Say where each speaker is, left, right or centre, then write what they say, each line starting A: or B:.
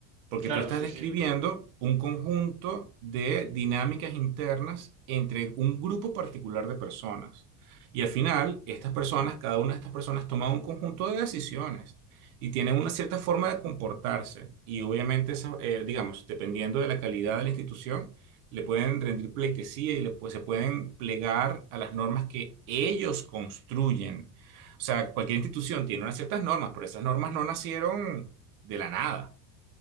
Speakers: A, on the right (about 90°); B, on the right (about 20°).
A: Porque
B: Claro,
A: tú estás
B: sí,
A: describiendo
B: sí,
A: un conjunto de dinámicas internas entre un grupo particular de personas. Y al final, estas personas, cada una de estas personas toma un conjunto de decisiones y tienen una cierta forma de comportarse. Y obviamente, esa, eh, digamos, dependiendo de la calidad de la institución, le pueden rendir pleitesía y le, pues, se pueden plegar a las normas que ellos construyen. O sea, cualquier institución tiene unas ciertas normas, pero esas normas no nacieron de la nada.